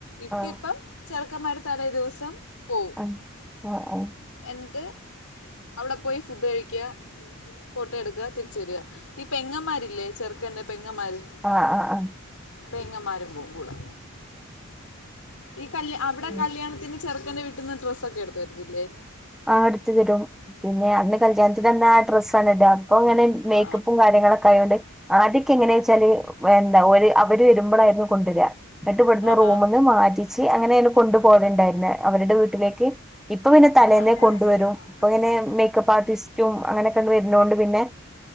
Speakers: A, on the left (about 80°); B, in the centre.
A: ഇപ്പ
B: ആഹ്
A: ഇപ്പം ചെറുക്കമാരു തലേ ദിവസം പോവും
B: ആഹ് ആഹ് ആഹ്
A: എന്ത് അവിടെ പോയി ഫുഡ്ഡ് കഴിക്കുക ഫോട്ടോ എടുക്കുക തിരിച്ചരുക പെങ്ങമാരില്ലേ ചെറുക്കന്റെറെ പെങ്ങമാര്
B: ആഹ് ആഹ് ആഹ്
A: പേങ്ങമാരും പോകും കൂടെ ഈ കല് അവിടെ
B: ഏഹ്
A: കല്യാണത്തിന് ചെറ ക്കന്റെ വീട്ടന്ന് ഡ്രസ്സ്‌ ഒക്കെ എടുത്ത് വരത്തില്ലേ
B: ആ അടുത്ത് തരും പിന്നെ അന്ന്കല്യാണത്തിനന്നാ ആ ഡ്രസ്സാണ് ഇടാ അപ്പൊ <unintelligible> മേക്കപ്പും
A: ആ
B: കാര്യങ്ങളൊക്കെ ആയൊണ്ട് ആദ്യോക്കെങ്ങനേച്ചാൽ എന്താ ഓല് അവര് വരുമ്പളായിരുന്നു കൊണ്ടുവര നട്ട് ഇവ്ടുന്ന്
A: ആ
B: റൂമിന്നു
A: ആ
B: മാറ്റിച്ച് അങ്ങനെെ നി കൊണ്ട് പോവലുണ്ടായിരുന്നത് അവരുടെ വീട്ടിലേക്ക് ഇപ്പൊ തലേന്നെ
A: ആ ആ
B: കൊണ്ട് വരുംഇപ്പൊ പിന്നെ മേകെപ്പ് ആർട്ടിസ്റ്റും അങ്ങനെ ഒക്കെ വരണോണ്ട് പിന്നെ